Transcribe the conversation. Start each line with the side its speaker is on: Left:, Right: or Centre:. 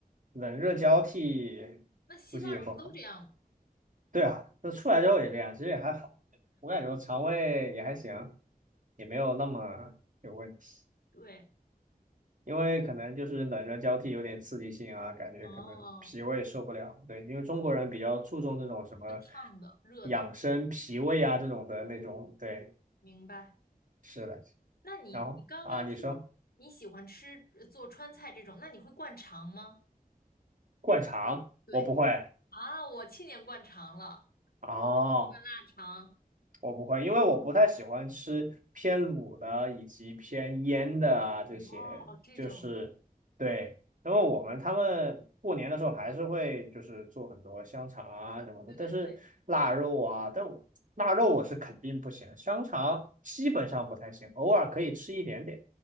Right: 冷热交替估计也不好。
Left: 那西方人不都这样吗？
Right: 对啊，那出来之后也这样，其实也还好，我感觉我肠胃也还行，也没有那么有问题。
Left: 对，
Right: 因为可能就是冷热交替有点刺激性啊，感觉可能脾胃受不了。
Left: 哦，
Right: 对，因为中国人比较注重这种什么
Left: 是烫的、热的，
Right: 养生脾胃啊这种的那种。对，
Left: 明白。
Right: 是的。
Left: 那你你刚刚说你喜欢吃呃做川菜这种，
Right: 然后啊，你说。
Left: 那你会灌肠吗？
Right: 灌肠我不会
Left: 对啊，我去年灌肠了，
Right: 啊，
Left: 灌肠。
Right: 我不会，因为我不太喜欢吃偏卤的以及偏腌的啊这些，
Left: 哦，这种，
Right: 就是对，因为我们他们过年的时候还是会就是做很多香肠啊什么的，
Left: 对对对，
Right: 但是腊肉啊，但我腊肉我是肯定不行的香肠基本上不太行，偶尔可以吃一点点，